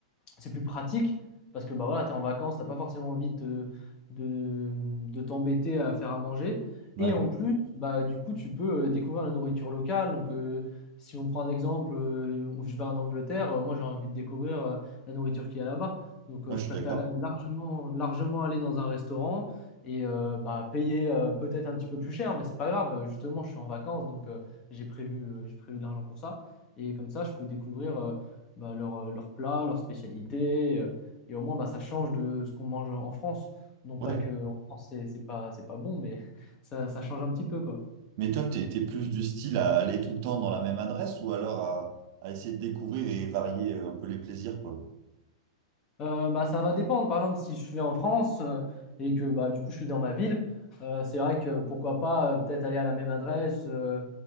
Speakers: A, on the left; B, on the right.
A: c'est plus pratique parce que bah voilà, tu es en vacances, t'as pas forcément envie de, de, de t'embêter à faire à manger.
B: ouais,
A: Et en plus, bah, du coup, tu peux euh, découvrir la nourriture locale. Donc, euh, si on prend un exemple, euh, je vais en Angleterre, euh, moi j'ai envie de découvrir euh, la nourriture qu'il y a là-bas. Donc,
B: moi,
A: euh, je
B: je
A: préférerais
B: suis d'accord.
A: largement, largement aller dans un restaurant et euh, bah, payer euh, peut-être un petit peu plus cher, mais c'est pas grave. Justement, je suis en vacances, donc euh, j'ai prévu, euh, j'ai prévu de l'argent pour ça. Et comme ça, je peux découvrir. euh, bah, leur, euh, leur plat, leur spécialité. euh, et au moins, bah, ça change de ce qu'on mange en France. Non
B: Ouais.
A: pas que en France, c'est c'est pas, c'est pas bon, mais <laughs> ça, ça change un petit peu, quoi.
B: Mais toi, t'es, t'es plus du style à aller tout le temps dans la même adresse ou alors à, à essayer de découvrir et varier euh, un peu les plaisirs, quoi.
A: Euh, bah, ça va dépendre. Par exemple, si je suis en France euh, et que bah, du coup, je suis dans ma ville, euh, c'est vrai que pourquoi pas euh, peut-être aller à la même adresse. euh,